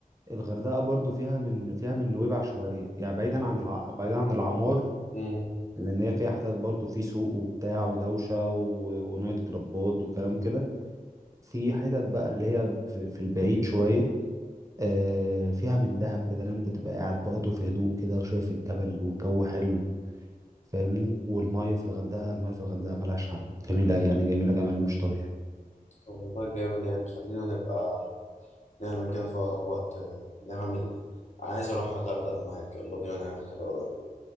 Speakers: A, on the right (about 20°); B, on the left (about 50°).
A: الغردقه برضو فيها من فيها من نويبع شويه يعني بعيدا عن الع... بعيدا عن العمار
B: امم
A: لان هي فيها حتت برضه في سوق وبتاع ودوشه و- ونايت كلابات وكلام كده في حتت بقى اللي هي في في البعيد شويه آه فيها من دهب كده ان انت تبقى قاعد برضه في هدوء كده وشايف الجبل والجو حلو فاهمني والميه في الغردقه الميه في الغردقه ملهاش حل جميله يعني جميله جمال مش طبيعي
B: طب والله جامد يعني خلينا نبقى نعمل كده في اقرب وقت نعمل عايز اروح الغردقه معاك يلا بينا نعمل كده قريب